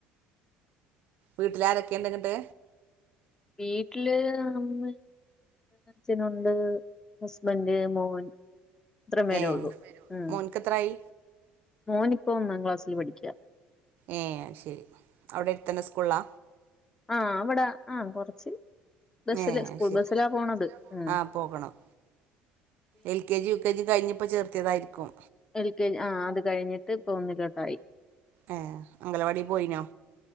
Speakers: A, on the right (about 55°); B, on the left (about 15°).
A: വീട്ടിലാരൊക്കെണ്ട് ങ്ങട്ട്
B: വീട്ടില് മ് ചനുണ്ട് ഹസ്ബന്റ് മോൻ അത്രമേരേ
A: ഏഹ്
B: ഉള്ളൂ ഉം
A: മോൻക്ക് എത്രായി
B: മോൻ ഇപ്പ ഒന്നാം ക്ലാസ്സിൽ പഠിക്യാ
A: ഏ ശരി അവിടെ എടുത്തന്നെ സ്കൂള് ലാ
B: ആഹ അവിടെ ആഹ കൊറച്ച് ബസ്സില്
A: ഏഹ്
B: സ്കൂൾ
A: അത് ശരി
B: ബസ്സിലാ പോണത് ഉ
A: ആഹ് പോകണം L K G U K G കഴിഞ്ഞപ്പോ ചേർത്തിയതായിരിക്കും
B: എൽ കെ ജി ആ അത് കഴിഞ്ഞിട്ട് പോന്നിലോട്ടായി
A: ആ അംഗലവാടി പോയിനോ